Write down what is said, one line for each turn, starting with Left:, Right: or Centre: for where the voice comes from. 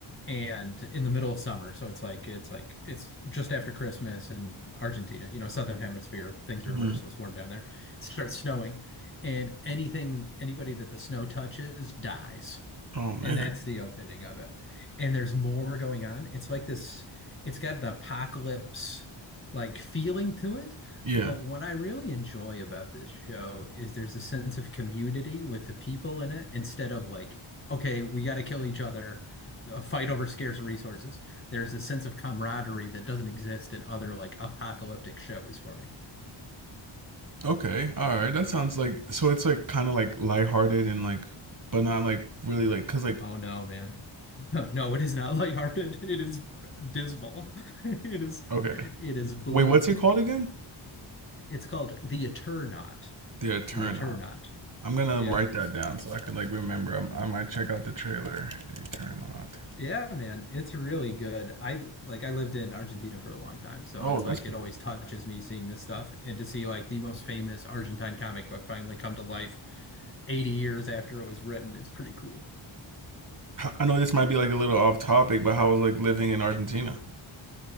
Left: and in the middle of summer, so it's like it's like it's just after Christmas in Argentina, you know, southern hemisphere, things are reversed,
Right: hmm
Left: so it's warm down there. It starts snowing and anything anybody that the snow touches dies.
Right: Oh man.
Left: And that's the opening of it. And there's more going on. It's like this, it's got an apocalypse like feeling to it.
Right: Yeah.
Left: But what I really enjoy about this show is there's a sense of community with the people in it instead of like, okay, we got to kill each other, a fight over scarce resources. There's a sense of camaraderie that doesn't exist in other like apocalyptic shows for me.
Right: Okay. All right. That sounds like so it's like kind of like lighthearted and like but not like really like cuz like
Left: Oh no, man. <laughs> No, it is not <laughs> lighthearted. It is dismal. <laughs> It is
Right: okay.
Left: it is bleak.
Right: Wait, what's it called again?
Left: It's called The Eternaut.
Right: The Turn
Left: The Eternaut.
Right: Up. I'm gonna
Left: Yeah.
Right: write that down so I can like remember. i I might check out the trailer. The Turn Up.
Left: Yeah, man. It's really good. I like I lived in Argentina for a long time, so
Right: Oh,
Left: it's
Right: that's.
Left: like
Right: pretty.
Left: it always touches me seeing this stuff and to see like the most famous Argentine comic book finally come to life 80 years after it was written. It's pretty cool.
Right: I know this might be like a little off topic, but how was like living in Argentina?